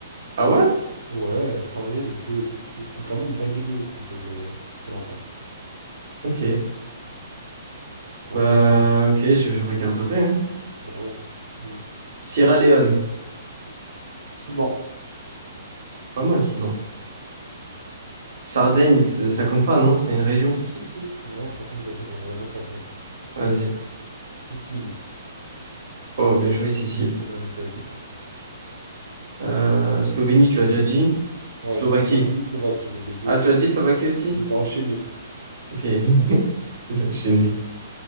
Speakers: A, on the right; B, on the right.
A: Ah ouais?
B: Ouais, je t'enverrai des vidéos et tout. C'est vraiment une dinguerie de ouf le, c'est le Sri Lanka.
A: Ok.
B: Genre
A: Bah,
B: vraiment pas mal.
A: ok, je, je regarderai, hein.
B: Bah ouais, de ouf.
A: Sierra Leone,
B: Soudan.
A: pas mal, Soudan. Sardaigne, ça ça compte pas, non? C'est une région.
B: Si, si, si. Non, ça compte, vas-y, on va on va dire ça compte.
A: Vas-y.
B: Sicile.
A: Oh, bien joué, Cécile.
B: On est en Italie.
A: Euh, Slovénie, tu l'as déjà dit.
B: Ouais,
A: Slovaquie.
B: je dis Slovénie, Slovaquie, les deux.
A: Ah, tu l'as dit Slovaquie aussi?
B: Je les ai enchaînés.
A: Ok. <laughs> Gêné.